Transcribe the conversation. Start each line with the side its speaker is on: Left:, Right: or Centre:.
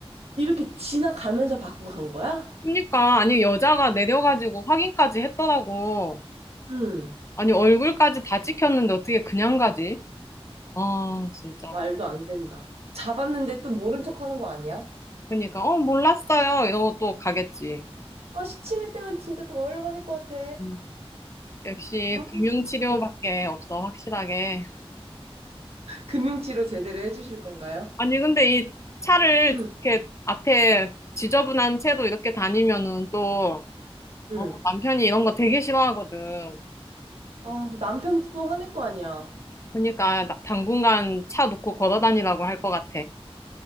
Right: 이렇게 지나가면서 받고 간 거야?
Left: 그러니까 아니 여자가 내려가지고 확인까지 했더라고.
Right: 응.
Left: 아니 얼굴까지 다 찍혔는데 어떻게 그냥 가지? 아 진짜.
Right: 말도 안 된다. 잡았는데 또 모른 척 하는 거 아니야?
Left: 그러니까 어 몰랐어요 이러고 또 가겠지.
Right: 아, 시치미 때문에 진짜 더 열받을 것 같아.
Left: 음, 역시
Right: 아,
Left: 금융치료밖에
Right: 응.
Left: 없어 확실하게.
Right: 금융치료 제대로 해주실 건가요?
Left: 아니 근데 이 차를
Right: 응,
Left: 이렇게 앞에 지저분한 채로 이렇게 다니면은 또
Right: 응.
Left: 어, 남편이 이런 거 되게 싫어하거든.
Right: 아, 남편도 또 화낼 거 아니야.
Left: 그러니까 나- 당분간 차 놓고 걸어 다니라고 할 것 같아.